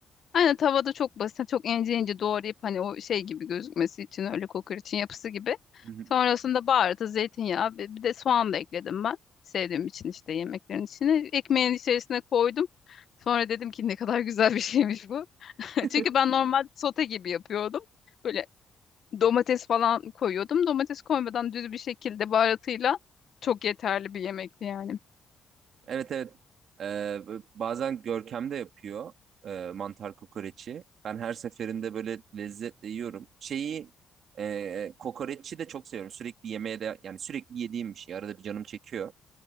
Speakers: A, on the left; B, on the right.
A: Aynen tavada çok basit, çok ince ince doğrayıp hani o şey gibi gözükmesi için öyle kokoreçin yapısı gibi.
B: Hı hı.
A: Sonrasında baharatı, zeytinyağı bir, bir de soğan da ekledim ben. Sevdiğim için işte yemeklerin içine. Ekmeğin içerisine koydum. Sonra dedim ki ne kadar güzel bir şeymiş bu. <laughs>
B: <laughs>
A: Çünkü ben normal sote gibi yapıyordum. Böyle Domates falan koyuyordum. Domates koymadan düz bir şekilde baharatıyla çok yeterli bir yemekti yani.
B: Evet evet. Ee, bazen Görkem de yapıyor e, mantar kokoreçi. Ben her seferinde böyle lezzetle yiyorum. Şeyi e, kokoreçi de çok seviyorum. Sürekli yemeğe de yani sürekli yediğim bir şey. Arada bir canım çekiyor.